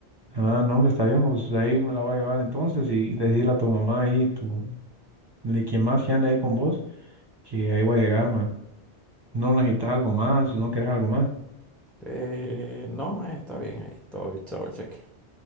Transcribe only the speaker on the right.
Ah, no, me está bien, vos ahí me la voy a llevar entonces y decirle a tu mamá ahí, tu, de quien más que anda ahí con vos, que ahí voy a llegar, man. No necesitas algo más, no quieres algo más.